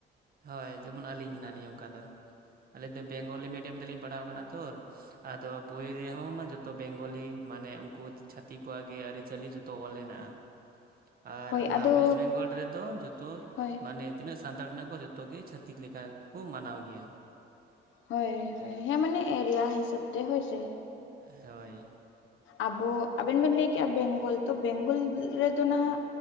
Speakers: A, on the right (about 50°); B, on the left (about 75°).
A: ᱦᱳᱭ ᱡᱮᱢᱚᱱ ᱟᱹᱞᱤᱧ ᱦᱮᱱᱟᱜ ᱞᱤᱧ ᱚᱝᱠᱟ ᱫᱚ, ᱟᱞᱤᱧ ᱫᱚ ᱵᱮᱝᱜᱚᱞᱤ ᱢᱤᱰᱤᱭᱟᱢ ᱛᱮᱞᱤᱧ ᱯᱟᱲᱦᱟᱣ ᱠᱟᱱᱟ ᱛᱚᱨ, ᱟᱫᱚ ᱵᱳᱭ ᱨᱮᱦᱚᱸ ᱢᱟ ᱡᱚᱛᱚ ᱵᱮᱝᱜᱚᱞᱤ ᱢᱟᱱᱮ ᱠᱩᱫ ᱪᱷᱟᱹᱛᱤ ᱠᱚᱣᱟᱜ ᱜᱮ ᱟᱹᱨᱤᱪᱟᱹᱞᱤ ᱡᱷᱚᱛᱚ ᱚᱞ ᱦᱮᱸᱱᱟᱜᱼᱟ ᱾ ᱟᱨ
B: ᱦᱳᱭ
A: ᱚᱱᱟ
B: ᱟᱫᱚ
A: ᱚᱳᱭᱮᱥᱴ ᱵᱮᱝᱜᱚᱞ ᱨᱮᱫᱚ ᱡᱚᱛᱚ
B: ᱦᱳᱭ
A: ᱢᱟᱱᱮ ᱛᱤᱱᱟᱹᱜ ᱥᱟᱱᱛᱟᱲ ᱨᱮᱱᱟᱜ ᱠᱚ ᱡᱚ ᱛᱚ ᱜᱮ ᱪᱷᱟᱹᱛᱤᱠ ᱞᱮᱠᱟ ᱜᱮ ᱠᱚ ᱢᱟᱱᱟᱣ ᱜᱮᱭᱟ ᱾
B: ᱦᱳᱭ ᱦᱳᱭ, ᱦᱮᱸ ᱢᱟᱱᱮ ᱮᱨᱤᱭᱟ ᱦᱤᱥᱟᱹᱵ ᱛᱮ ᱦᱳᱭ ᱥᱮ ᱾
A: ᱦᱳᱭ ᱾
B: ᱟᱵᱚ ᱟᱵᱮᱱ ᱵᱮᱱ ᱞᱟᱹᱭ ᱠᱮᱫᱮᱜᱼᱟ ᱵᱮᱝᱜᱚᱞ ᱛᱚ ᱵᱮᱝᱜᱚᱞ ᱨᱮᱫᱚ ᱱᱟᱦᱟᱸᱜ